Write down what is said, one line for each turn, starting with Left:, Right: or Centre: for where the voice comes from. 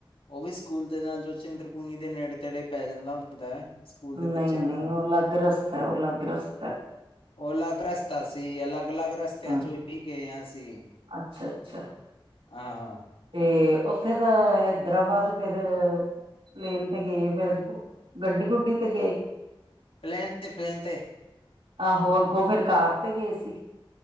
Left: ਉਹ ਵੀ ਸਕੂਲ ਦੇ ਨਾਲ ਜੋ ਚਿੰਦਰਪੁਨੀ ਦੇ ਨੇੜੇ ਤੇੜੇ ਪੈ ਜਾਂਦਾ ਹੁੰਦੈ। ਸਕੂਲ
Right: ਨਹੀਂ
Left: ਦੇ ਬੱਚਿਆਂ
Right: ਨਹੀਂ
Left: ਨਾਲ
Right: ਉਹ ਅਲੱਗ ਰਸਤਾ ਹੈ, ਉਹ ਅਲੱਗ ਰਸਤਾ ਹੈ।
Left: ਉਹ ਅਲੱਗ ਰਸ ਤਾ ਸੀ ਅਲੱਗ ਅਲੱਗ ਰਸਤਿਆਂ
Right: ਹਾਂ
Left: ਚੋਂ ਈ ਗਏ ਆ ਅਸੀ,
Right: ਅੱਛਾ ਅੱਛਾ
Left: ਆਹੋ।
Right: ਤੇ ਉੱਥੇ ਤਾਂ ਹੈਦਰਾ ਬਸ ਫੇਰ ਪਲੇਨ ਤੇ ਗਏ ਫੇਰ, ਗੱਡੀ ਗੁੱਡੀ ਤੇ ਗਏ।
Left: ਪਲੈਨ ਤੇ ਪਲੇਨ ਤੇ।
Right: ਆਹੋ, ਅੱਗੋਂ ਫਿਰ ਕਾਰ ਤੇ ਗਏ ਸੀ।